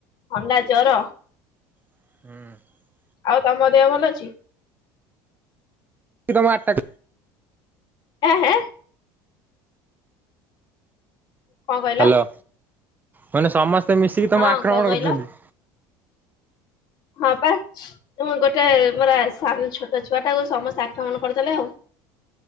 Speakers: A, on the left (about 55°); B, on the right (about 20°).
A: ଥଣ୍ଡା ଜର।
B: ହୁଁ।
A: ଆଉ ତମ ଦେହ ଭଲ ଅଛି।
B: କି ତମ ଆଠଟା।
A: ହେଁ। କଣ କହିଲ।
B: ହ୍ୟାଲୋ ମାନେ। ସମସ୍ତେ ମିଶିକି
A: ହଁ
B: ତମେ ଆକ୍ରମଣ
A: କଣ କହିଲ
B: କରୁଛନ୍ତି।
A: ହଁ ପା ଗୋଟେ ମୋରା ସ ଛୋଟ ଛୁଆ ଟାକୁ ସମସ୍ତେ ଆକ୍ରମଣ କରିଦେଲେ ଆଉ।